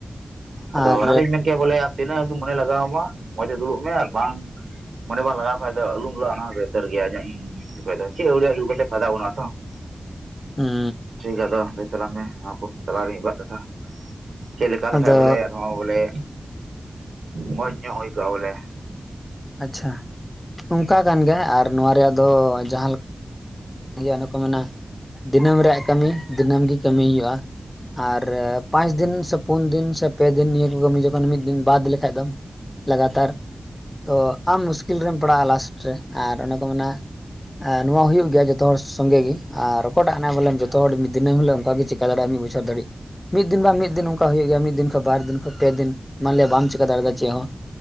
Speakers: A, on the right; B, on the left.
A: ᱟᱫᱚ
B: ᱟᱨ
A: ᱚᱱᱟᱜᱤᱧ ᱢᱮᱱ ᱠᱮᱭᱟ ᱵᱚᱞᱮ ᱛᱤᱱᱟᱹᱜ ᱦᱟᱵᱤᱡ ᱢᱚᱱᱮ ᱞᱟᱜᱟᱣ ᱟᱢᱟ ᱢᱚᱸᱡᱽ ᱛᱮ ᱫᱩᱲᱩᱵ ᱢᱮ ᱟᱨ ᱵᱟᱝ ᱢᱚᱱᱮ ᱵᱟᱝ ᱞᱟᱜᱟᱣ ᱠᱷᱟᱱ ᱫᱚ ᱟᱞᱩᱢ ᱫᱩᱲᱩᱜᱼᱟ ᱚᱱᱟ ᱩᱛᱟᱹᱨ ᱜᱮᱭᱟ ᱤᱧᱟᱜ ᱤᱧ ᱪᱮᱫ <inaudible> ᱟᱹᱣᱨᱤᱭᱟᱹᱭᱟ ᱫᱩᱲᱩᱵ ᱠᱟᱛᱮ ᱯᱷᱟᱭᱫᱟ ᱵᱟᱱᱜ-ᱟ ᱛᱚ ᱴᱷᱤᱠ
B: ᱦᱩᱸ
A: ᱜᱮᱭᱟ ᱛᱚ ᱞᱟᱹᱭ ᱛᱟᱞᱟᱝ ᱢᱮ ᱱᱚᱣᱟ ᱠᱚ ᱛᱟᱞᱟ ᱨᱮ ᱢᱤᱫᱵᱟᱨ ᱠᱟᱛᱷᱟ᱾ ᱪᱮᱫ ᱞᱮᱠᱟ ᱞᱮᱠᱷᱟᱡ
B: ᱟᱫᱚ
A: ᱵᱚᱞᱮ ᱟᱨᱦᱚᱸ ᱵᱚᱞᱮ ᱢᱚᱸᱡᱽ ᱧᱚᱜ ᱦᱩᱭ ᱠᱚᱜᱼᱟ ᱵᱚᱞᱮ,
B: ᱟᱪᱪᱷᱟ ᱚᱱᱠᱟ ᱠᱟᱱ ᱜᱮᱭᱟ ᱟᱨ ᱱᱚᱣᱟ ᱨᱮᱭᱟᱜ ᱫᱚ ᱡᱟᱦᱟᱸ ᱞᱮᱠᱟ ᱚᱱᱟ ᱠᱚ ᱢᱮᱱᱟ ᱫᱤᱱᱟᱹᱢ ᱨᱮᱭᱟᱜ ᱠᱟᱹᱢᱤ ᱫᱤᱱᱟᱹᱢ ᱜᱮ ᱠᱟᱹᱢᱤ ᱦᱩᱭᱩᱜᱼᱟ᱾ ᱟᱨ ᱯᱟᱸᱪ ᱫᱤᱱ ᱥᱮ ᱯᱩᱱ ᱫᱤᱱ ᱥᱮ ᱯᱮ ᱫᱤᱱ ᱱᱤᱭᱟᱹ ᱠᱚ ᱠᱟᱹᱢᱤ ᱡᱚᱠᱷᱚᱱ ᱢᱤᱫ ᱫᱤᱱ ᱵᱟᱫ ᱞᱮᱠᱷᱟᱱ ᱫᱚ ᱞᱟᱜᱟᱛᱟᱨ ᱛᱚ ᱟᱢ ᱢᱩᱥᱠᱤᱞ ᱨᱮᱢ ᱯᱟᱲᱟᱜᱼᱟ ᱞᱟᱥᱴ ᱨᱮ ᱟᱨ ᱚᱱᱮ ᱠᱚ ᱢᱮᱱᱟ ᱱᱚᱣᱟ ᱦᱩᱭᱩᱜ ᱜᱮᱭᱟ ᱡᱚᱛᱚ ᱡᱚᱛᱚ ᱦᱚᱲ ᱥᱚᱸᱜᱮ ᱜᱮ, ᱟᱨ ᱚᱠᱟᱴᱟᱜ ᱦᱟᱱᱟ ᱵᱚᱞᱮ ᱡᱚᱛᱚ ᱦᱚᱲ ᱢᱤᱫ ᱫᱤᱱᱟᱹᱢ ᱦᱤᱞᱟᱹᱜ ᱚᱱᱠᱟᱜᱮ ᱪᱮᱫᱠᱟ ᱫᱟᱲᱮᱼᱟ ᱢᱤᱫ ᱵᱚᱪᱷᱚᱨ ᱫᱷᱟᱹᱨᱤᱡ᱾ ᱢᱤᱫ ᱫᱤᱱ ᱵᱟ ᱢᱤᱫ ᱫᱤᱱ ᱚᱱᱠᱟ ᱦᱩᱭᱩᱜ ᱜᱮᱭᱟ ᱢᱤᱫ ᱫᱤᱱ ᱠᱷᱚᱡ ᱵᱟᱨ ᱫᱤᱱ ᱠᱷᱚᱡ ᱯᱮ ᱫᱤᱱ ᱢᱟᱱᱞᱮ ᱵᱟᱢ ᱪᱤᱠᱟ ᱫᱟᱲᱮᱭᱟᱫᱟ ᱪᱮ ᱦᱚᱸ᱾